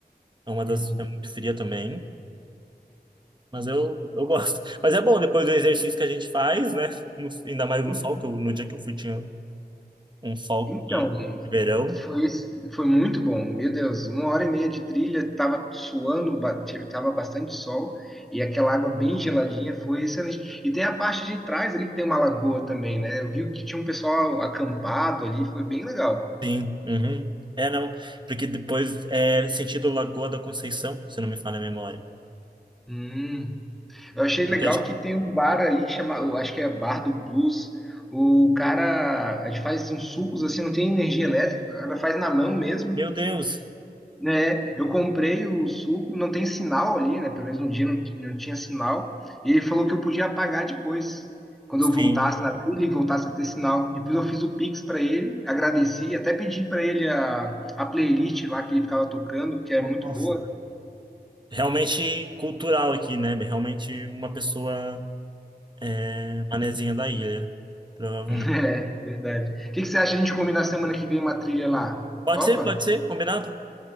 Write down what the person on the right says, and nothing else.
é uma das...
é muito fria também, mas eu, eu gosto. Mas é bom, depois do exercício que a gente faz, né? No- ainda mais no
sol, que eu- no dia que eu fui tinha um sol
quente, verão.
Sim, uhum. É, não, porque depois é sentido Lagoa da Conceição, se não me falha a memória.
Porque eu acho que-
Meu Deus!
Sim.
Nossa.
realmente cultural aqui, né? Realmente uma pessoa é, manezinha da ilha, provavelmente.
Pode
ser, pode ser, combinado?